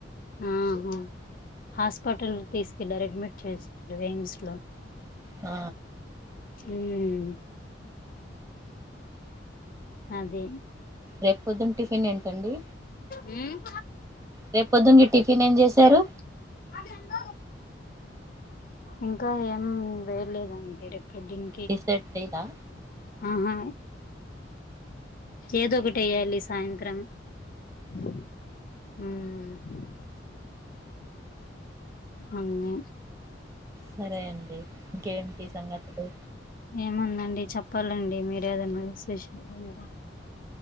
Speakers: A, on the left; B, on the right.
A: ఉమ్మ్మ్ హాస్పిటల్ తీసుకెళ్లారు అడ్మిట్ చేసారు ఎయిమ్స్‌లో
B: ఆ
A: ఉమ్మ్ అదే
B: రేపు పొద్దున్న టిఫిన్ ఏంటండి
A: ఉమ్మ్
B: రేపు పొద్దునకి టిఫిన్ ఏం చేశారు
A: అది ఎంత ఇంకా ఏం వేయలేదండి రేప్ పొద్దున్
B: డిసైడ్ చేయాలా
A: ఆహా ఏదో ఒకటి ఎయ్యాలి సాయంత్రం ఆ ఉమ్మ్ అందే
B: సరే అండి ఇంకేంటి సంగతులు
A: ఏముందండి చెప్పాలండి మీరే ఏదన్న విశేషాలు మీరే